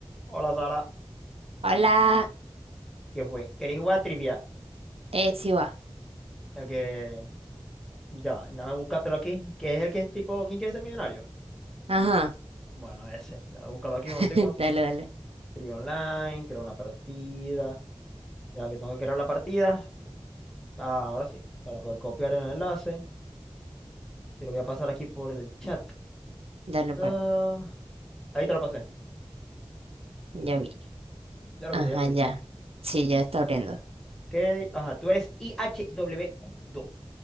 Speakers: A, in the centre; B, on the right.
A: Hola Sara,
B: Hola,
A: ¿qué fue? ¿Queréis jugar a trivia?
B: eh, sí va.
A: El que. Ya, dame búscatelo aquí. ¿Qué es el que es tipo ¿Quién quiere ser millonario?
B: Ajá,
A: Bueno, ese. Dame búscalo aquí
B: <laughs>
A: un momentico.
B: dale, dale,
A: Trivia online, crear una partida. Ya que tengo que crear la partida. Ah, ahora sí. Para poder copiar el enlace. Te lo voy a pasar aquí por el chat.
B: dale
A: Ah,
B: pues,
A: ahí te lo pasé.
B: ya vi.
A: Ya lo
B: Ajá,
A: viste, ya lo viste.
B: ya. Sí, ya está abriendo.
A: Ok. Ajá, tú eres i h ihwq dos